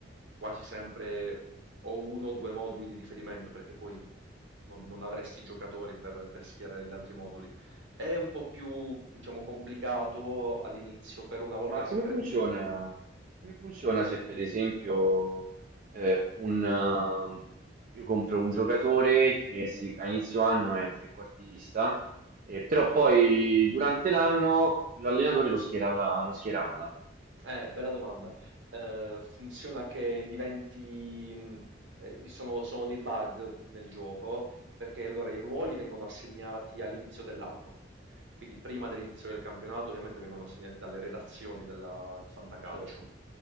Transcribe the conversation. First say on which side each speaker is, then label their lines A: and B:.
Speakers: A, on the right; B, on the right.
A: quasi sempre o uno o due moduli di riferimento, perché poi non, non avresti giocatori per per schierare gli altri moduli. È un po' più, diciamo, complicato all'inizio, però una volta
B: ma come
A: che prendi
B: funziona? Come funziona se per esempio eh, un, ehm, io compro un giocatore che si- a inizio anno è trequartista, eh, però poi durante l'anno l'allenatore lo schiera, alla- lo schiera ala.
A: Eh, bella domanda. Eh, funziona che diventi... mh, eh, sono, sono dei bug nel gioco, perché allora i ruoli vengono assegnati all'inizio dell'anno. Quindi prima dell'inizio del campionato ovviamente vengono assegnati dalle redazioni della- di Fantacalcio.
B: Certo,